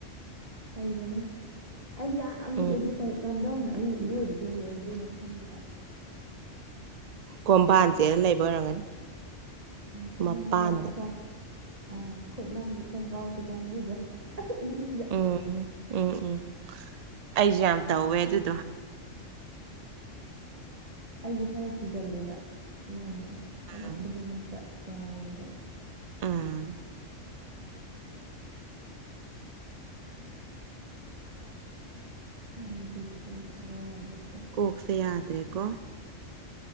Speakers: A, on the right; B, on the right.
A: ꯍꯩꯕꯅꯦ ꯑꯩꯖꯨ ꯌꯥꯝ ꯂꯨꯔꯦ
B: ꯎꯝ
A: ꯑꯗꯨ ꯀꯝꯗꯧꯅ ꯑꯩꯅ ꯏꯔꯣꯏꯕꯖꯦ ꯍꯩꯍꯧꯗ꯭ꯔꯤꯅꯣ ꯈꯪꯗꯦ ꯍꯥꯏꯕ
B: ꯀꯣꯝꯕꯥꯟ ꯆꯦꯜ ꯂꯩꯕ ꯑꯣꯏꯔꯝꯒꯅꯤ
A: ꯎꯝ ꯈꯨꯠ
B: ꯃꯄꯥꯟꯗ
A: ꯅꯝꯃꯒ ꯈꯣꯡ ꯑ ꯈꯨꯠ ꯅꯝ <unintelligible> ꯈꯣꯡ ꯀꯥꯎꯕꯤ ꯀꯥꯡꯒꯨꯗꯣ <unintelligible> ꯏꯁꯤꯡꯗ
B: ꯎꯝ ꯎꯝ ꯎꯝ ꯑꯩꯁꯨ ꯌꯥꯝ ꯇꯧꯋꯦ ꯑꯗꯨꯗꯣ
A: ꯑꯩꯁꯦ ꯈꯔ ꯀꯤꯒꯜꯂꯦꯕ ꯑꯗꯨꯅꯅꯦꯕ ꯊꯕꯛ
B: ꯎꯝ
A: ꯈꯨꯗꯤꯡꯃꯛꯇ ꯌꯥꯔꯣꯏꯕ
B: ꯎꯝ
A: <unintelligible>
B: ꯀꯣꯛꯁꯦ ꯌꯥꯗ꯭ꯔꯦ ꯀꯣ